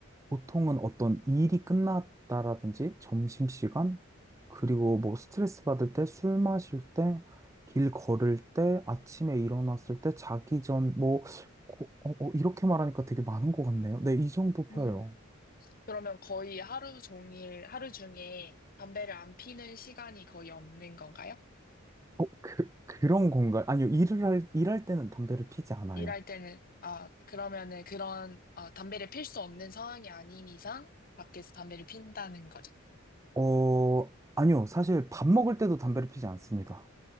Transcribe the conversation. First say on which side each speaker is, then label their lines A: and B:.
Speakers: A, on the right; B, on the left.
A: 보통은 어떤 일이 끝났다라든지 점심시간, 그리고 뭐 스트레스 받을 때, 술 마실 때, 길 걸을 때, 아침에 일어났을 때, 자기 전, 뭐, 고- 어, 어, 이렇게 말하니까 되게 많은 것 같네요. 네, 이 정도 펴요.
B: 음, 그러면 거의 하루 종일, 하루 중에 담배를 안 피는 시간이 거의 없는 건가요?
A: 어, 그, 그런 건가요? 아니요, 일을 할, 일할 때는 담배를 피지 않아요.
B: 일할 때는, 아, 그러면은 그런, 어, 담배를 필 수 없는 상황이 아닌 이상 밖에서 담배를 핀다는 거죠.
A: 어, 아니요, 사실 밥 먹을 때도 담배를 피지 않습니다.